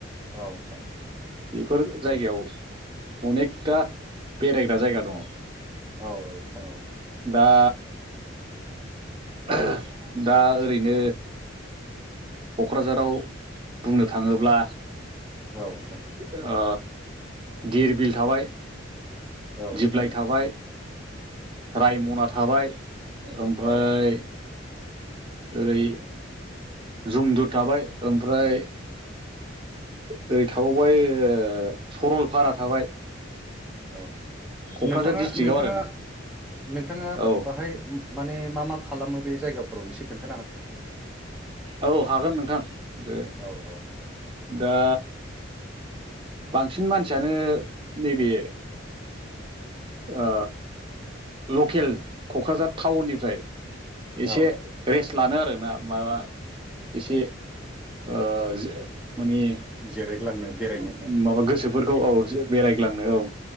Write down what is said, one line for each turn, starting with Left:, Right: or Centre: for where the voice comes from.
Centre: औ नोंथां
Right: बेफोर जायगायाव अनेकथा बेरायग्रा जायगा दङ
Centre: औ औ नोंथां औ
Right: दा <unintelligible> दा ओ ओरैनो क'क्राझाराव बुंनो थाङोब्ला
Centre: नोंथां औ नोंथां
Right: <inaudible> ओ धिर बिल थाबाय
Centre: औ नोंथां
Right: दिप्लाय थाबाय रायमना थाबाय ओमफ्राय
Centre: औ
Right: ओरै जुमदु थाबाय ओमफ्राय ओरै थाबावबाय ओ सरलपारा थाबाय
Centre: औ।
Right: क'क्राझार
Centre: नोंथाङा
Right: डिस्ट्रिक्टआव
Centre: नोंथाङा
Right: आरोना
Centre: नोंथाङा
Right: औ
Centre: बाहाय माने मा मा खालामो बे जायगाफोराव इसे खोनथा
Right: औ हागोन नोंथां ओ
Centre: औ औ
Right: <inaudible>
Centre: नोंथां
Right: दा बांसिन मानसियानो नैबे ओ लकेल क'क्राझार थाउननिफ्राय एसे
Centre: औ
Right: रेस्ट लानो आरो <unintelligible> एसे
Centre: औ
Right: ओ जे <unintelligible>
Centre: जिरायग्लांनो बेरायनो
Right: माबा गोसो फोरखौ औ इसे बेरायग्लांनो औ